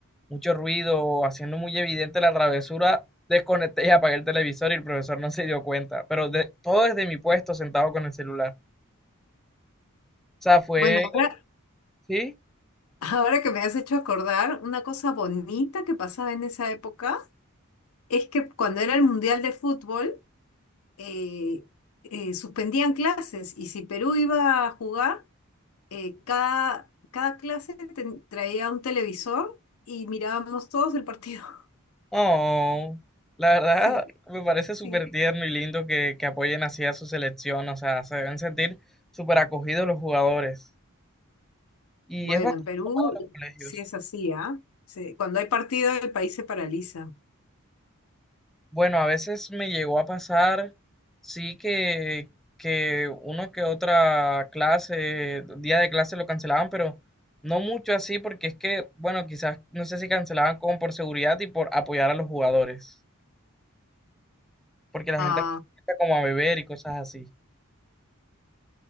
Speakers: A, in the centre; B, on the left.
A: mucho ruido, haciendo muy evidente la travesura, desconecté y apagué el televisor y el profesor no se dio cuenta, pero de- todo desde mi puesto sentado con el celular. O sea, fue,
B: Bueno, ahora
A: sí,
B: Ahora que me has hecho acordar, una cosa bonita que pasaba en esa época es que cuando era el Mundial de Fútbol, eh, eh, suspendían clases y si Perú iba a jugar, eh, cada, cada clase ten- traía un televisor y mirábamos todos el partido. <laughs>
A: Oh, la verdad
B: Sí,
A: me parece
B: sí.
A: súper tierno y lindo que, que apoyen así a su selección, o sea, se deben sentir súper acogidos los jugadores. Y
B: Bueno,
A: es bastante
B: en Perú
A: normal en los colegios.
B: sí es así, ¿ah? Sí, Cuando hay partido, el país se paraliza.
A: Bueno, a veces me llegó a pasar, sí que, que uno que otra clase, día de clase lo cancelaban, pero no mucho así, porque es que, bueno, quizás no sé si cancelaban como por seguridad y por apoyar a los jugadores, porque la
B: Ah,
A: gente empieza como a beber y cosas así.